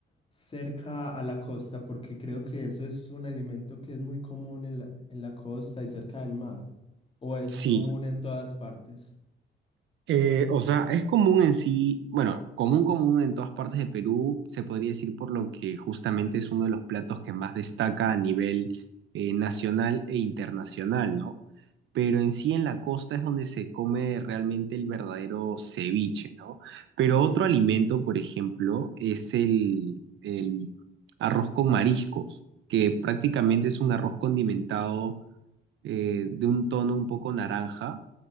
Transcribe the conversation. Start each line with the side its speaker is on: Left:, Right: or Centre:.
Left: cerca a la costa, porque creo que eso es un alimento que es muy común en la, en la costa y cerca del mar, o es
Right: Sí,
Left: común en todas partes.
Right: Eh, o sea, es común en sí, bueno, común común en todas partes de Perú, se podría decir por lo que justamente es uno de los platos que más destaca a nivel eh, nacional e internacional, ¿no? Pero en sí en la costa es donde se come realmente el verdadero ceviche, ¿no? Pero otro alimento, por ejemplo, es el, el arroz con mariscos, que prácticamente es un arroz condimentado eh, de un tono un poco naranja